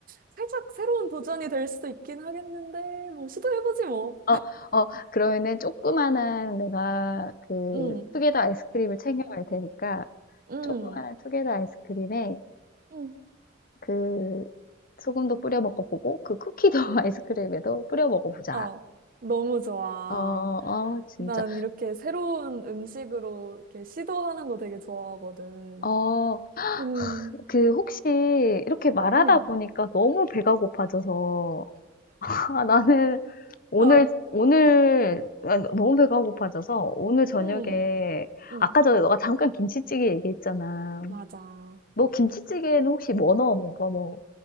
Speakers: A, on the right; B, on the left.
A: 살짝 새로운 도전이 될 수도 있긴 하겠는데, 뭐, 시도해보지 뭐.
B: 어, 어, 그러면은 조그만한 내가 그
A: 응,
B: 투게더 아이스크림을 챙겨갈 테니까
A: 응,
B: 조그만한 투게더 아이스크림에
A: 응,
B: 그 소금도 뿌려 먹어보고 그 쿠키도 <laughs>
A: 응.
B: 아이스크림에도 뿌려 먹어보자.
A: 어, 너무 좋아.
B: 어, 어, 진짜.
A: 난 이렇게 새로운 음식으로 이렇게 시도하는 거 되게 좋아하거든.
B: 어,
A: 음,
B: 그 혹시 이렇게 말하다
A: 응,
B: 보니까 너무 배가 고파져서 <laughs> 아, 나는 오늘,
A: 어,
B: 오늘, 아, 너무 배가 고파져서 오늘 저녁에,
A: 응, 응,
B: 아까 전에 너가 잠깐 김치찌개 얘기했잖아.
A: 맞아.
B: 너 김치찌개에는 혹시 뭐 넣어 먹어? 뭐,